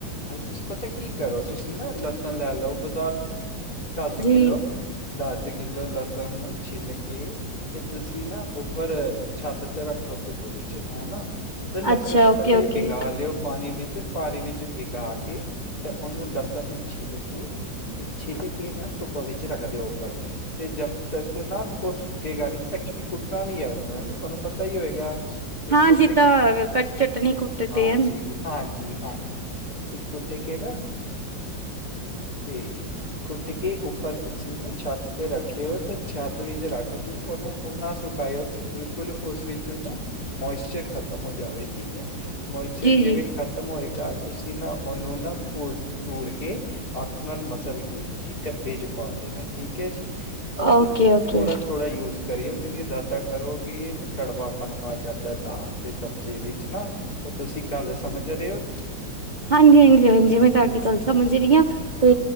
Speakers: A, on the left; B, on the right.
A: ਹਾਂਜੀ। ਤੁਸੀਂ ਪਤਾ ਕੀ ਕਰੋ। ਤੁਸੀਂ ਨਾ ਲਸਨ ਲੈ ਲਓ ਬਾਜ਼ਾਰ ਤੋਂ ਦਸ
B: ਜੀ
A: ਕਿਲੋ। ਦਸ ਕਿਲੋ ਲਸਨ ਨੂੰ ਛਿਲ ਕੇ। ਤੇ ਤੁਸੀਂ ਨਾ ਉੱਪਰ ਛੱਤ ਤੇ ਰੱਖ ਪਰ ਧੁੱਪ ਵਿੱਚ ਹੇਨਾ। ਤੇ ਲਸਣ
B: ਅੱਛਾ
A: ਨੂੰ
B: ਓਕੇ
A: ਪਹਿਲੇ
B: ਓਕੇ
A: ਬੀਗਾ ਲਿਓ ਪਾਨੀ ਵਿੱਚ ਪਾਨੀ ਵਿੱਚ ਬੀ ਕਾ ਕੇ ਤੇ ਉਹਨੂੰ ਲਸਨ ਨੂੰ ਛਿੱਲ ਕੇ ਤੇ ਛਿੱਲ ਕੇ ਨਾ ਧੁੱਪ ਵਿੱਚ ਰੱਖ ਦਿਓ। ਉਪਰ ਤੇ ਜਬ ਤੱਕ ਨਾ ਉਹ ਸੁਕੇਗਾ ਨੀ ਐਕਚੁਲੀ ਕੁੱਟਨਾ ਵੀ ਐ ਉਨੂੰ ਹਨਾ। ਤੁਹਾਨੂੰ ਪਤਾ ਈ ਹੋਏਗਾ। ਤੇ
B: ਹਾਂ
A: ਕੁਟ
B: ਜਿੱਦਾਂ
A: ਕੇ
B: ਚਟਨੀ ਕੁੱਟਦੇ
A: ।ਹਾਂਜੀ-ਹਾਂਜੀ।
B: ਹਨ
A: ਹਾਂਜੀ। ਤੇ ਕੁਟ ਕੇ ਨਾ, ਤੇ ਕੁੱਟ ਕੇ ਉੱਪਰ ਤੁਸੀਂ ਨਾ ਛੱਤ ਤੇ ਰੱਖੇਓ ।ਤੇ ਛੱਤ ਵਿੱਚ ਰੱਖ ਕ ਕਿ ਉਨੂੰ ਓਨਾ ਸੁਕਾਇਓ ਕਿ ਬਿਲਕੁਲ ਉਸ ਵਿੱਚੋ ਨਾ ਮੋਇਸਚਰ ਖਤਮ ਹੋ ਜਾਵੇ। ਠੀਕ ਐ। ਮੋਇਚਰ
B: ਜੀ
A: ਜਿਵੇਂ
B: ਜੀ
A: ਖ਼ਤਮ ਹੋਏਗਾ ਤੁਸੀਂ ਨਾ ਉਨੂੰ ਨਾ ਪੂ ਪੂਰ ਕੇ ਹੱਥ ਨਾਲ ਮਸਲ ਕੇ ਤੁਸੀਂ ਡੱਬੇ ਚ ਪਾ ਦੇਨੇ। ਠੀਕ ਕੇ ਜੀ। ਪਰ
B: ਓਕੇ
A: ਤੁਸੀਂ
B: ਓਕੇ
A: ਥੋੜਾ ਥੋੜਾ ਯੂਜ ਕਰਿਐ ਕਰਿਐ ਜ਼ਿਆਦਾ ਕਰੋਗੀ ਤੇ ਕੜਵਾਪਨ ਆ ਜਾਂਦਾ ਦਾਲ ਤੇ ਸਬਜ਼ੀ ਵਿੱਚ ਨਾ। ਤੇ ਤੁਸੀਂ ਗੱਲ ਸਮਝ ਰਹੇ ਓ ਜ?
B: ਹਾਂਜੀ-ਹਾਂਜੀ-ਹਾਂਜੀ। ਮੈਂ ਤਾਡੀ ਗੱਲ ਸਮਝ ਰੀ ਆ। ਤੇ